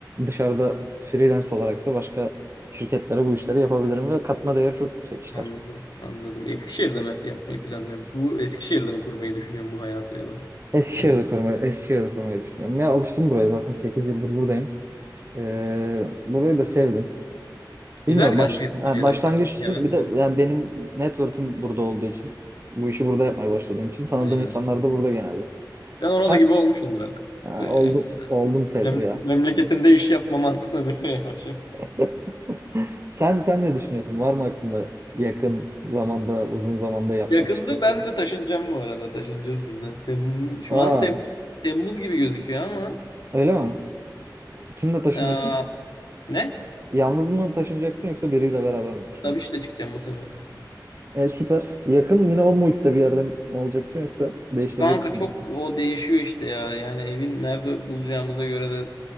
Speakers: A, on the right; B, on the left.
A: dışarıda freelance olarak da başka şirketlere bu işleri yapabilirim ve katma değeri çok yüksek işler.
B: anladım anladım. Eskişehir'de mi yapmayı planlıyorum? Bu Eskişehir'de mi kurmayı düşünüyorum bu hayatı ya da?
A: Eskişehir'de
B: Evet.
A: kurmayı, Eskişehir'de kurmayı düşünüyorum. Ya alıştım buraya zaten 8 yıldır buradayım. Ee, burayı da sevdim. Bilmiyorum
B: Güzel kanka
A: baş,
B: Eskişehir
A: ha, başlangıç
B: hakikaten.
A: için
B: Genel.
A: bir de yani benim network'üm burada olduğu için bu işi burada yapmaya başladığım için tanıdığım
B: Aynen.
A: insanlar da burada genelde.
B: Sen oralı
A: Sen
B: gibi olmuşsundur artık.
A: ha,
B: Böyle
A: oldum
B: yani.
A: oldum sayılır
B: Mem-
A: ya.
B: memleketinde iş yapma mantığına dönüyor yavaş
A: <laughs> Sen sen ne düşünüyorsun? Var mı aklında yakın zamanda, uzun zamanda yapmak
B: Yakında
A: istediğin?
B: ben de taşınacağım bu arada. Taşınacağız biz de. Tem- şu
A: Aa,
B: an Tem- Temmuz gibi gözüküyor ama.
A: öyle mi? Kimle taşınıyorsun?
B: Aa, ne?
A: Yalnız mı taşınacaksın yoksa biriyle beraber mi taşınıyorsun?
B: Tabii işte çıkacağım bu sefer.
A: E, süper. Yakın yine o muhitte bir yerde mi olacaksın yoksa değiştirecek
B: Kanka
A: misin?
B: çok o değişiyor işte ya. Yani evin nerede bulacağımıza göre de